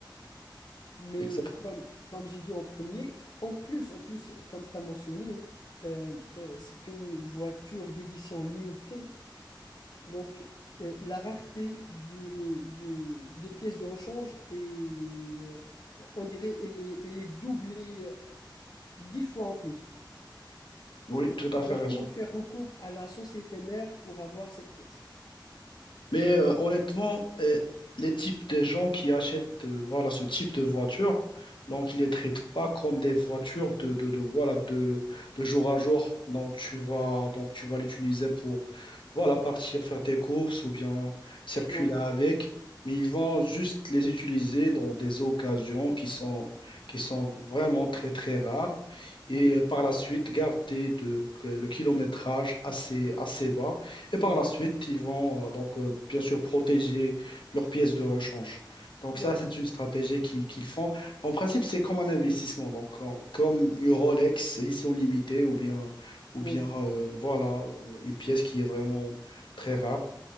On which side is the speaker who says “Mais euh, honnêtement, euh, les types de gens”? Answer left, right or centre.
Left